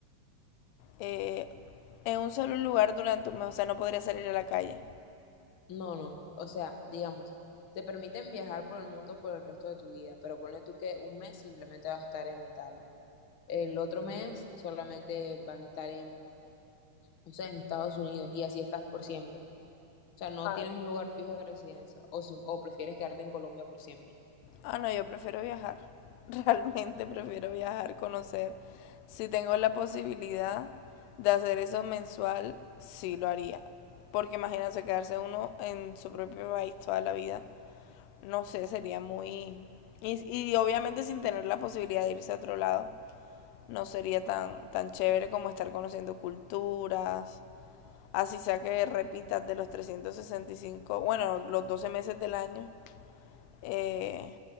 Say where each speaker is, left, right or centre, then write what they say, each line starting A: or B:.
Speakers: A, on the left; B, on the left.
A: Eh, en un solo lugar durante un mes, o sea, no podría salir a la calle.
B: No, no. O sea, digamos, te permiten viajar por el mundo por el resto de tu vida, pero ponle tú que un mes simplemente vas a estar en Italia. El otro mes solamente vas a estar en, no sé, en Estados Unidos y así estás por siempre. O sea, no
A: Ah,
B: tienes un lugar fijo de residencia o, si- o prefieres quedarte en Colombia por siempre.
A: Ah, no, yo prefiero viajar. <laughs> Realmente prefiero viajar, conocer. Si tengo la posibilidad de hacer eso mensual, sí lo haría. Porque imagínense quedarse uno en su propio país toda la vida. no sé, sería muy... Y, y obviamente sin tener la posibilidad de irse a otro lado, no sería tan, tan chévere como estar conociendo culturas. Así sea que repitas de los 365 bueno, los 12 meses del año. Eh,